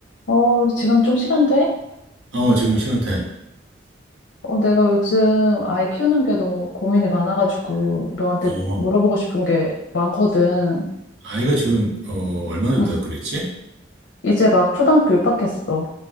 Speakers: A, on the left (about 80°); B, on the right (about 70°).
A: 어, 지금 좀 시간 돼?
B: 어, 지금 시간대.
A: 어, 내가 요즘 아이 키우는 게 너무 고민이 많아가지고 너한테
B: 어,
A: 물어보고 싶은 게 많거든.
B: 아이가 지금, 어, 얼마나
A: 응.
B: 됐다 그랬지?
A: 이제 막 초등학교 입학했어.